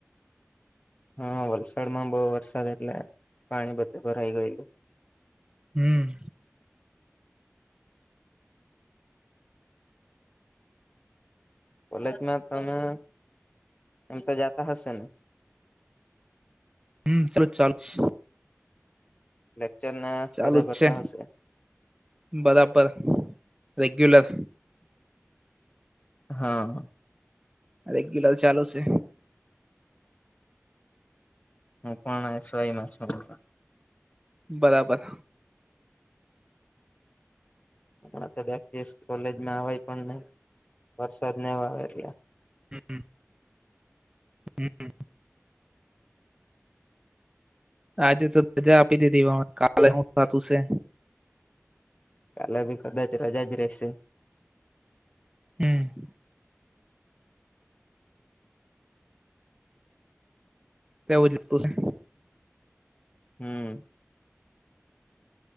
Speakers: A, on the left (about 30°); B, on the right (about 15°).
A: હા વલસાડ માં બહુ વરસાદ એટલે પાણી બધે ભરાઈ ગયેલું.
B: હમ.
A: કોલેજમાં તમે એમ તો જાતા હશે ને?
B: હમ ચાલુ-ચાલુ જ છે.
A: <unintelligible>
B: ચાલુ
A: બધા
B: જ
A: ભરતા
B: છે
A: હશે
B: બરાબર રેગ્યુલર.
A: હા.
B: રેગ્યુલર ચાલુ શે.
A: હું પણ એસ વાય માં છું.
B: બરાબર.
A: પાછો બે એક દિવસ કોલેજમાં આવય પણ વરસાદ ને એવો આવે એટલે.
B: હમ-હમ. હમ હમ આજે તો રજા આપી દીધી પણ કાલે હું થાતું સે.
A: કાલે ભી કદાચ રજા જ રહેશે.
B: હમ. તેવું જ <unintelligible>
A: હમ.